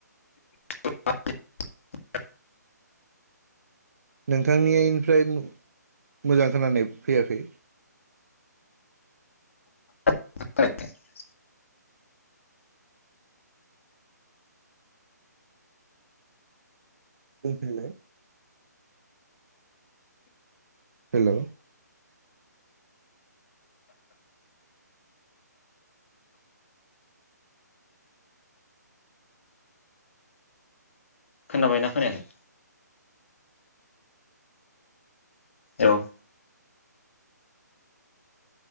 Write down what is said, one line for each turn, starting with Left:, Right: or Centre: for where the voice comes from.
Left: <inaudible>
Right: नोंथांनिनिफ्राय मोजां खोनानाय फैयाखै
Left: <inaudible>
Right: बुंफिनलाय हेलौ
Left: खोनाबाय ना खोनायाखै औ